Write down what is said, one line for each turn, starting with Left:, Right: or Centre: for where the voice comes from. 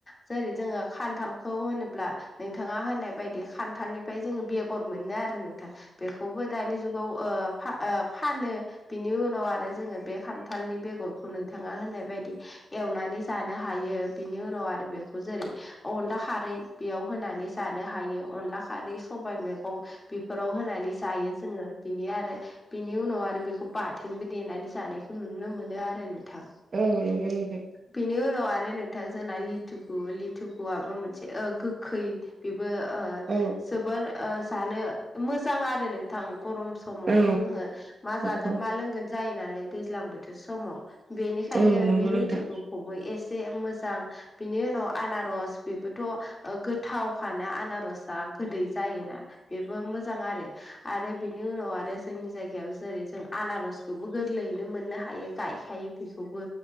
Left: जेरै जोङो खान्थाल खौ होनोब्ला नोंथाङा होनाय बायदि खान्थालनिफ्राय जोङो बेगर मोनो आरो नोंथां। बेखौबो दानि जुगाव ओ फा ओ फानो बिनि उनाव आरो जोङो बे खान्थालनि बेगरखौ नोंथाङा होननाय बायदि एवनानै जानो हायो बिनि उनाव आरो बेखौ जेरै अनदला खारै बेयाव होनानै जानो हायो अनला खारै सबाइ मैगं बेफोराव होनानै जायो जोङो बिनि आरो बेनि उनाव आरो बेखौ बाथोनबो देनानै जानायखौ नुनो मोनो आरो नोंथां
Right: औ नंगौ नोंथां
Left: बेनि उनाव आरो नोंथां जोंना लिथुगु लिथुगुआबो मोनसे ओ गोखै बेबो ओ
Right: औ
Left: जोबोर ओ जानो मोजां आरो नोंथां गरम समावथ'
Right: औ
Left: जोङो मा जागोन
Right: नंगौ
Left: मा लोंगोन जायो नालाय दैज्लां बोथ थो समाव बेनिखायनो
Right: औ नंगौ
Left: बे लिथिगु
Right: नोंथां
Left: खौबो एसे मोजां बिनि उनाव आनारस बेबो थ' गोथावखानो आनारसआ गोदै जायोना बे मोजां आरो आरो बिनि उनाव आरो जोंनि जायगायाव जेरै जों आनारस बेखौबो गोरलैयैनो मोननो हायो गायखायो बेखौबो